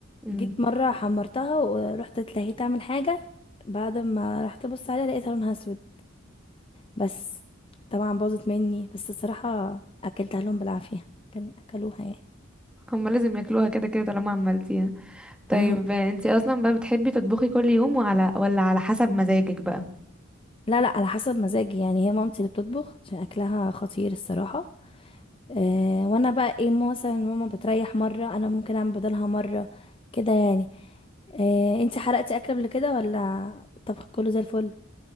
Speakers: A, in the centre; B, on the left (about 25°).
A: إمم.
B: جيت مرة حمرتها ورحت اتلهيت اعمل حاجة بعد ما رحت ابص عليها لقيتها لونها اسود بس طبعا باظت مني بس الصراحة اكلتها لهم بالعافية كان اكلوها يعني
A: هما لازم ياكلوها كده كده طالما عملتيها
B: <laughs>
A: طيب
B: اه
A: انتي اصلا بقى بتحبي تطبخي كل يوم وعلى ولا على حسب مزاجك بقى
B: لا لا على حسب مزاجي يعني هي مامتي اللي بتطبخ عشان اكلها خطير الصراحة أه وانا بقى ايه ماما مثلا ماما بتريح مرة انا ممكن اعمل بدلها مرة كده يعني أه انتي حرقتي اكل قبل كده ولا الطبخ كله زي الفل